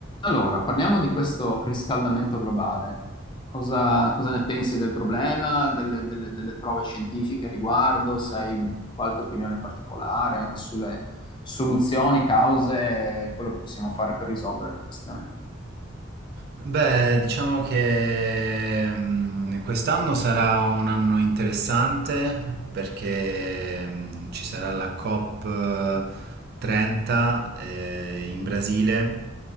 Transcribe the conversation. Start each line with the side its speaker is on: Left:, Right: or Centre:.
Left: Allora, parliamo di questo riscaldamento globale. Cosa, cosa ne pensi del problema, delle, delle- delle prove scientifiche a riguardo? Se hai qualche opinione particolare anche sulle soluzioni, cause, quello che possiamo fare per risolvere la questione?
Right: Beh, diciamo che mm, quest'anno sarà un anno interessante perché mm, ci sarà la COP30 in Brasile